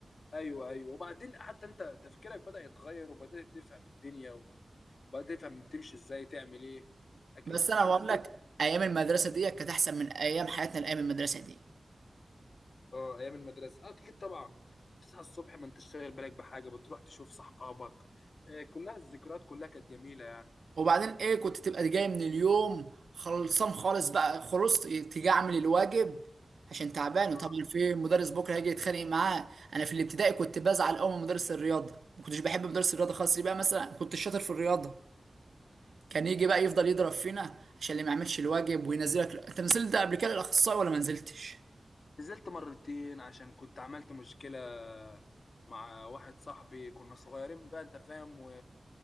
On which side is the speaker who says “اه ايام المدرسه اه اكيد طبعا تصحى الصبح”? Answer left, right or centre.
Left